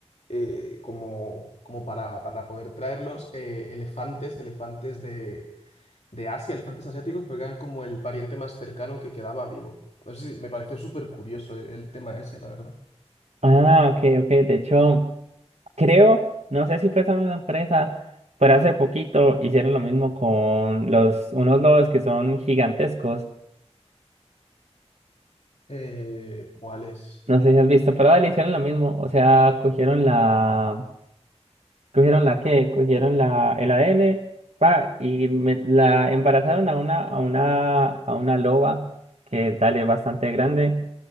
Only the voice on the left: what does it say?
eh, como, como para, para poder traerlos eh, elefantes, elefantes de, de Asia, elefantes asiáticos, porque eran como el pariente más cercano que quedaba vivo. No sé si- me pareció súper curioso eh, el tema ese, la verdad.
Eh, ¿cuál es?